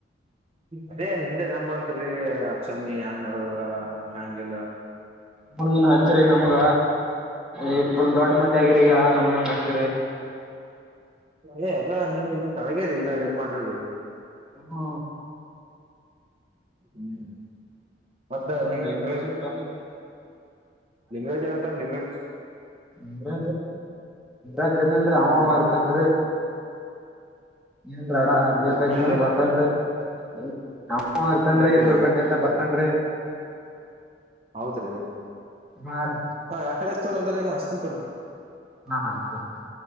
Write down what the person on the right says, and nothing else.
ಅದೇ ನಿೆ ನಂಬಂತ್ರಿ ಅಚ್ಚಮ್ಮಿ ಹೆ್ಯಾಂಗ್ ನಡ್ದದ ಹಾಗಲ್ಲ
ಏ ಎಲ್ಲಾ ನೀನ್ ಇನ್ ತೊಳಗೇರಿ ನಾವ ಟ್ ಮಾಡಿರ್ಬ
ಹ್ಮ್ಮ್ ಮತ್ತ
ನಿಂಗ ದಿನ ರೇಜ್
ಅಂತಂದ ದಿನರೇಜ್ ಅಂತಂದ ದಂಗ್ರಜ್
ಹ್ಮ್
ಹಾ
ರೀ
ಹೆಂಗ್ರೀ
ಹೌದ್ರಿ
ಹ ಯಕಡೆ ತೋರ ಅಂದ್ರೆ ನಿಮ್ಮಸ್ ಂತ